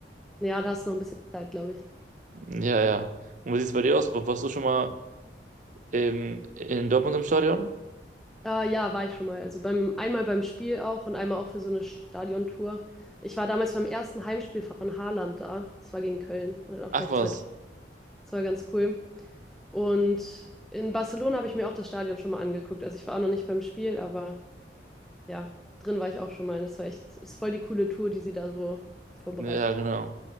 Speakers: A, in the centre; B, on the right (about 45°).
A: Ja, da hast du noch ein bisschen Zeit, glaube ich.
B: Ja, ja. Und wie sieht es bei dir aus? Warst du schon mal im, in Dortmund im Stadion?
A: Äh, ja, war ich schon mal. Also beim einmal beim Spiel auch und einmal auch für so eine Stadiontour. Ich war damals beim ersten Heimspiel von Haaland da. Das war gegen Köln und hat auch
B: Ach
A: gleich
B: was.
A: zwei Tore. Das war ganz cool. Und in Barcelona habe ich mir auch das Stadion schon mal angeguckt. Also ich war auch noch nicht beim Spiel, aber Ja, drin war ich auch schon mal. Das war echt, ist voll die coole Tour, die sie da so vorbereitet
B: Ja, genau.
A: haben.